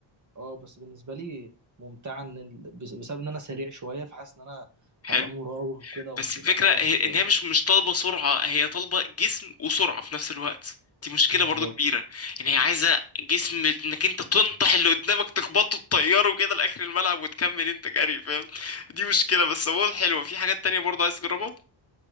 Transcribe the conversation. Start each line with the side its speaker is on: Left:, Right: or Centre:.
Right: اه بس بالنسبه لي ممتعه ان ال... بس- بسبب ان انا سريع شويه فحاسس ان انا
Left: حلو.
Right: هبقى مراوغ كده وهتبقى
Left: بس الفكرة
Right: حلوه
Left: هي
Right: بالنسبه
Left: ان
Right: لي
Left: هي مش مش طالبة سرعة هي طالبة جسم وسرعة في نفس الوقت دي مشكلة
Right: بالظبط
Left: برضو كبيرة يعني هي عايزة جسم انك انت تنطح اللي قدامك تخبطه تطيره كده لآخر الملعب وتكمل انت جري فاهم دي مشكلة بس عموما حلوة في حاجات تانية برضو عايز تجربها